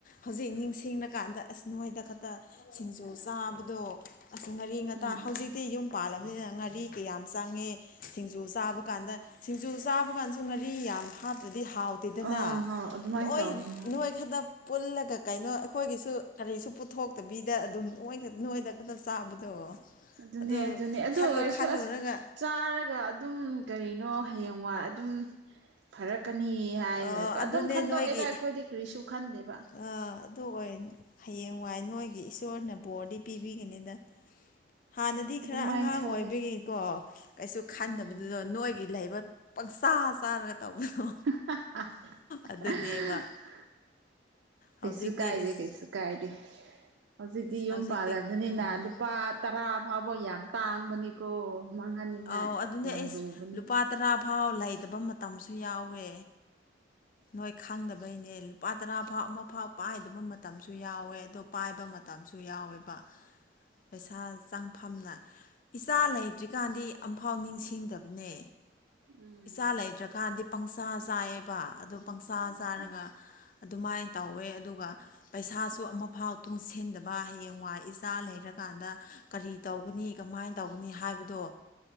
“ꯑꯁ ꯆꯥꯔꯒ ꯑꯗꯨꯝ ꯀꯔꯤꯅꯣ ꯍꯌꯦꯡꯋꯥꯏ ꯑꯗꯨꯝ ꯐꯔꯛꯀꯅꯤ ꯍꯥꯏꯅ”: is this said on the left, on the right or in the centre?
Right